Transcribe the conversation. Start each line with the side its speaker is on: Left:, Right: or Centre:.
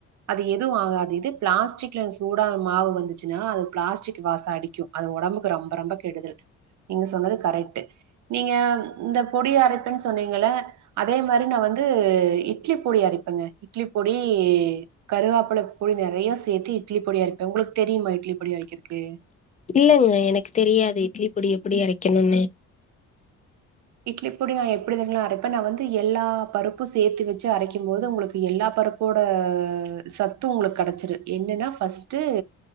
Right: அது எத் து ஆகாது இது பிளாஸ்டிக்ல சூடா மாவு வந்துச்சுன்னா அது பிளாஸ்டிக் வாசோ அடிக்கு அது ஒடம்புக்கு ரொம்ப ரொம்ப கெடுதல் நீங்க சொன்னது கரெக்ட்டு நீங்க இந்த பொடி அரைப்பன் சொன்னீங்களே அதே மாரி நா வந்து அ இட்லி பொடி அரைப்பங்க இட்லி பொடி கருவாப் புள பொடி நறைய சேத்தி இட்லி பொடி அரைப்பே உங்களுக்கு தெரியுமா இட்லி பொடி அரைக்கிக்கு
Left: இல்லங்க எனக்கு தெரியாது இட்லி பொடி எப்டி அரைக்கணுன்னு
Right: இட்லி பொடி நா எப்டி தெரிங்களா அரைப்பே நா வந்து எல்லா பருப்பு சேத்து வச்சு அரைக்கும் போது உங்களுக்கு எல்லா பருப்போட சத்து உங்களுக்கு கடைச்சிரு என்னன்னா ஃபர்ஸ்ட்டு